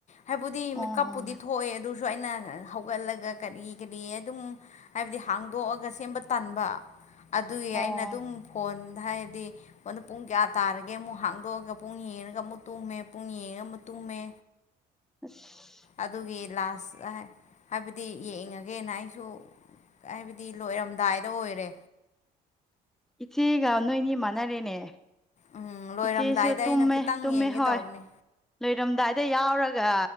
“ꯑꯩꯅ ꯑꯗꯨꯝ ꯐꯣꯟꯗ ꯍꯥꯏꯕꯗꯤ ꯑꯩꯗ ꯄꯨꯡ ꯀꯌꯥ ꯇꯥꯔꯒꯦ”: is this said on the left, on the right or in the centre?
Left